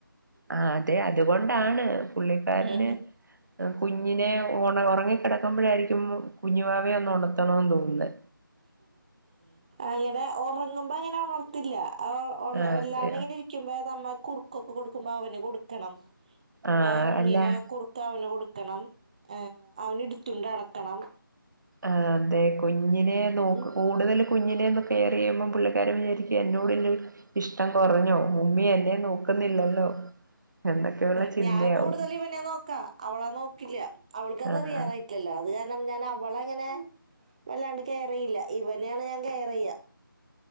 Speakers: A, on the right (about 55°); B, on the right (about 20°).
A: ആഹ് അതെ അതുകൊണ്ടാണ് പുള്ളിക്കാരന്
B: ഉം
A: കുഞ്ഞിനെ ഉണ ഒറങ്ങിക്കിടക്കുമ്പോഴായിരിക്കും കുഞ്ഞുവാവയെ ഒന്ന് ഒണർത്തണോന്ന് തോന്നുന്നെ.
B: അങ്ങനെ ഒറങ്ങുമ്പോ അങ്ങനെ ഒണർത്തില്ല അവ
A: അതെയോ
B: അല്ലാണ്ടിങ്ങിനി ക്ക്യുമ്പോ നമ്മ കുറുക്കൊക്കെ കൊടുക്കുമ്പോ അവന് കൊടുക്കണം.
A: ആഹ്
B: ഏഹ് ഉണ്ണീനെ
A: അല്ല
B: കുറു ക്കവന് കൊടുക്കണം. ആഹ് അവന് ഇടുത്തുണ്ട് നടക്കണം.
A: ആഹ് അതെ കുഞ്ഞിനെ നോക്ക്
B: ഉം
A: കൂ ടുതൽ കുഞ്ഞിനെ ഒന്ന് കെയർ ചെയ്യുമ്പം പുള്ളിക്കാരൻ വിചാരിക്ക്യാ എന്നോടില്ലേ ഇഷ്ടം കൊറഞ്ഞോ ഉമ്മി എന്നെ നോക്കുന്നില്ലല്ലോ. എന്നൊക്കെയുള്ള
B: ഉം.
A: ചിന്തയാവും
B: ഞാൻ കൂടുതൽ ഇവനേ നോക്കാ അവളെ നോക്കില്ല്യ അവൾക്കത്
A: ആഹ്
B: അറിയാറായി ക്കെല്ലോ അത് കാരണം ഞാൻ അവളെങ്ങനെ വല്ലാണ്ട് കെയറെയ്യില്ല ഇവനെയാണ് ഞാൻ കെയറെയ്യാ.